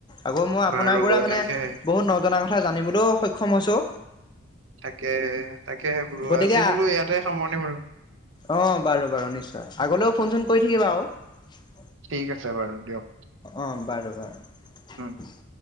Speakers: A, on the left; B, on the right.
A: আকৌ মই আপোনাৰ
B: বাৰু
A: পৰা মানে
B: তাকে
A: বহুত নজনা কথা জানিবলৈও সক্ষম হৈছোঁ
B: তাকে তাকেহে বোলো
A: গতিকে
B: আজি বোলো ইয়াতে সামৰণি বাৰু
A: অঁ বাৰু বাৰু নিশ্চয় আগলৈও ফোন চোন কৰি থাকিবা আৰু
B: ঠিক আছে বাৰু দিয়ক
A: অঁ বাৰু বাৰু
B: উম